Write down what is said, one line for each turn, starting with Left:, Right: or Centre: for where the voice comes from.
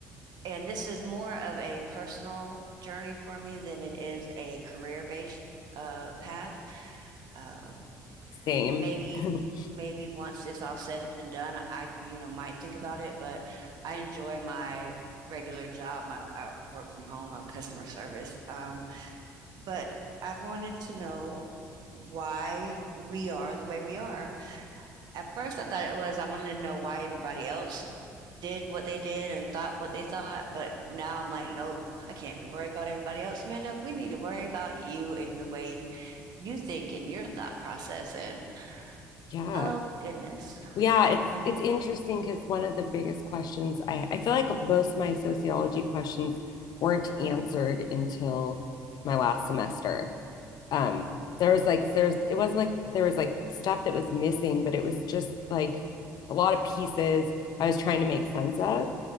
Right: and this is more of a personal journey for me than it is a career-based uh, path. Um,
Left: same.
Right: maybe
Left: <laughs>
Right: maybe once it's all said and done, I you know might think about it, but I enjoy my regular job. My I work from home, I'm customer service. Um, but I wanted to know why we are the way we are. At first, I thought it was I wanted to know why everybody else did what they did and thought what they thought. But now I'm like, nope, I can't be worried about everybody else, Amanda. We need to worry about you and the way you think and your thought process. And
Left: Yeah.
Right: oh goodness,
Left: Well, yeah,
Right: um,
Left: it's it's interesting because one of the biggest questions I, I feel like most of my sociology questions weren't answered until my last semester. Um, there was like there's it wasn't like there was like stuff that was missing, but it was just like a lot of pieces I was trying to make sense of.